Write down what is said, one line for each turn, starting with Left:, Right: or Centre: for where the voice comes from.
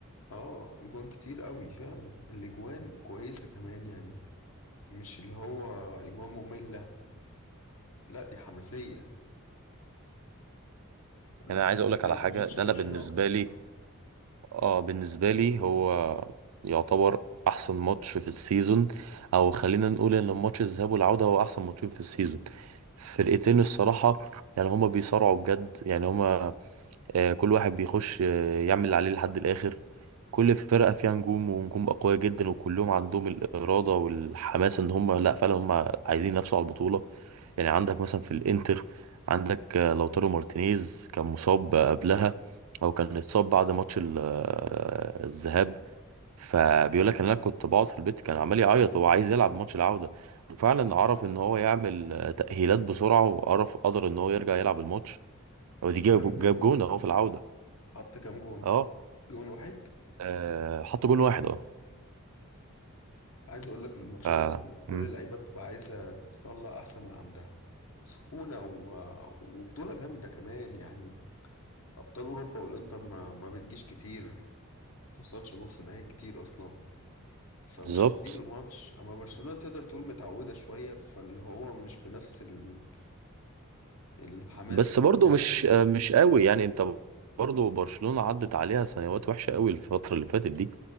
Left: اه جوان كتير قوي فعلا الاجوان كويسة كمان يعني مش اللي هو اجوان مملة لا دي حماسية لا
Right: يعني انا
Left: استمتعت
Right: عايز اقول لك على حاجه
Left: بماتش
Right: ده
Left: برشلونة
Right: انا بالنسبه
Left: أكتر بصراحة
Right: لي اه بالنسبه لي هو يعتبر احسن ماتش في السيزون او خلينا نقول ان الماتش الذهاب والعوده هو احسن ماتشين في السيزون فرقتين الصراحه يعني هما بيصارعوا بجد يعني هما آه، كل واحد بيخش آه، يعمل اللي عليه لحد الآخر كل فرقة فيها نجوم ونجوم أقوياء جدا وكلهم عندهم الإرادة والحماس إن هم لأ فعلا هم عايزين ينافسوا على البطولة يعني عندك مثلا في الإنتر عندك آه، لوتارو مارتينيز كان مصاب قبلها أو كان اتصاب بعد ماتش ال- آه، الذهاب فبيقول لك إن أنا كنت بقعد في البيت كان عمال يعيط هو عايز يلعب ماتش العودة وفعلا عرف إن هو يعمل آه، تأهيلات بسرعة وعرف قدر إن هو يرجع يلعب الماتش ودي
Left: حط
Right: جاب
Left: كام جون
Right: جاب جون أهو في العودة
Left: حط كام جون
Right: اه
Left: جون واحد
Right: آه، حطوا جون واحد اه
Left: عايز أقول لك الماتشات
Right: ف-
Left: دي كل
Right: مم،
Left: اللعيبة بتبقى عايزة تطلع أحسن ما عندها سخونة و... وبطولة جامدة كمان يعني أبطال أوروبا والإنتر ما, ما بتجيش كتير ما توصلش نص نهائي كتير أصلا فمش
Right: بالظبط
Left: هتسيب الماتش أما برشلونة تقدر تقول متعودة شوية فاللي هو مش بنفس ال... الحماس
Right: بس
Left: اللي
Right: برضه
Left: بيلعبوا
Right: مش آه، مش قوي يعني انت برضه برشلونة عدت عليها سنوات وحشة قوي الفترة اللي فاتت دي